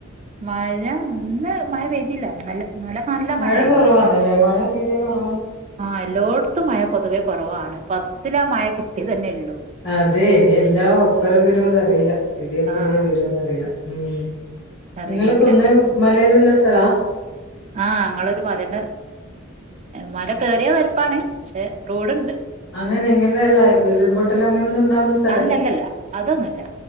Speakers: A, on the right (about 30°); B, on the left (about 60°).
A: മഴ ഇന്ന് മഴ പെയ്തിയില്ല എന്നല് ഇന്നലെ നല്ല
B: മഴ
A: മഴനു
B: കുറവാന്നല്ലേ മഴ തീരെ കുറവാണ്
A: ആ എല്ലോടത്തും മഴ പൊതുവേ കുറവാണ് ഫസ്സില് ആ മഴ കിട്ടിയ തന്നെ ഉള്ളു
B: അതെ ഇനി എല്ലാം ഒപ്പരം വരോന്ന് അറീല ഇടിയപ്പുളിയെ
A: ആഹ്
B: വരോന്ന് അറീല ഉം
A: അറിയൂല
B: നിങ്ങൾ കുന്ന് മലയല്ലം ള്ളസ്ഥലാ
A: ആഹ് ഞങ്ങളൊരു മലന്റെ മല കേറിയാ പരപ്പാണ് പക്ഷെ റോഡുണ്ട്
B: അങ്ങനെ ഇങ്ങനെയല്ല ഉരുൾപൊട്ടൽ അങ്ങന ഒന്നും ഉണ്ടാവുന്ന സ്ഥ
A: അല്ലല്ലല്ല അതൊന്നുല്ല